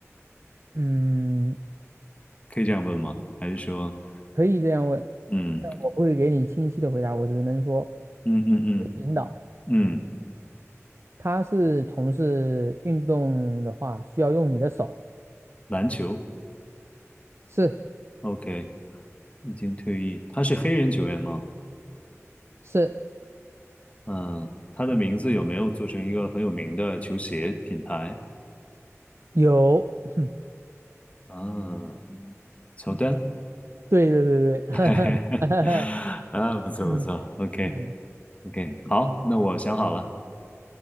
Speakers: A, on the right; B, on the left.
A: 嗯，
B: 可以这样问吗？还是说，
A: 可以这样问，
B: 嗯
A: 但我不会给你清晰的回答，我只能说
B: 嗯嗯嗯
A: 领导。
B: 嗯，
A: 他是从事运动的话，需要用你的手，
B: 篮球
A: 是
B: ？OK，已经退役。他是黑人球员吗？
A: 是
B: 嗯，他的名字有没有做成一个很有名的球鞋品牌？
A: 有。<laughs>
B: 啊，乔丹。
A: 对对对对，<laughs> 哈哈哈
B: <laughs> 啊，不错不错，OK
A: 嗯嗯，
B: OK，好，那我想好了，